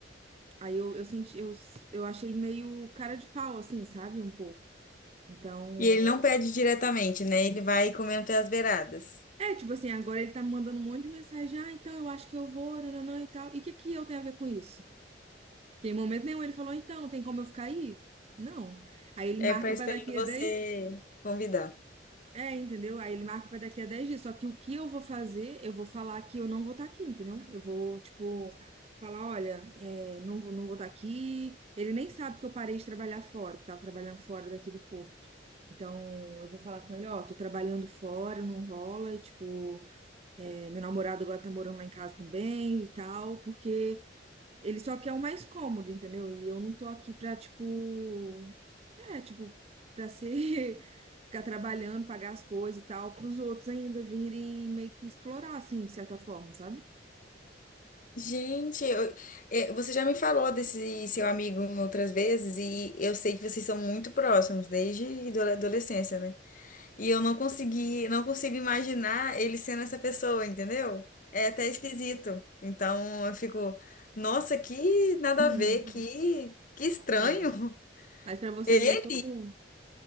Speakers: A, on the right; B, on the left.
A: Aí eu, eu senti, eu, eu achei meio cara de pau, assim, sabe? Um pouco. Então,
B: E ele não pede diretamente, né? Ele vai comendo até as beiradas.
A: é, tipo assim, agora ele tá me mandando um monte de mensagem, ah, então eu acho que eu vou, nananã e tal. E o que que eu tenho a ver com isso? Porque em momento nenhum ele falou, então, tem como eu ficar aí? Não. Aí ele
B: É
A: marca
B: para esperando
A: pra daqui
B: você
A: a 10
B: convidar.
A: é, entendeu? Aí ele marca pra daqui a 10 dias, só que o que eu vou fazer, eu vou falar que eu não vou estar aqui, entendeu? Eu vou, tipo, falar, olha, é, não vou, não vou estar aqui. Ele nem sabe que eu parei de trabalhar fora, que eu tava trabalhando fora daqui do Porto. Então, eu vou falar com ele, ó, tô trabalhando fora, não rola, e, tipo, é, meu namorado agora tá morando lá em casa também e tal, porque ele só quer o mais cômodo, entendeu? E eu não tô aqui pra, tipo, é, tipo, pra ser, <laughs> ficar trabalhando, pagar as coisas e tal, pros outros ainda virem meio que explorar, assim, de certa forma, sabe?
B: Gente, eu- é, você já me falou desse seu amigo outras vezes e eu sei que vocês são muito próximos desde adole- adolescência, né? E eu não consegui, não consigo imaginar ele sendo essa pessoa, entendeu? É até esquisito. Então eu fico, nossa, que nada
A: Uhum.
B: a ver, que, que estranho.
A: É,
B: <laughs>
A: mas pra você
B: Ele?
A: ver como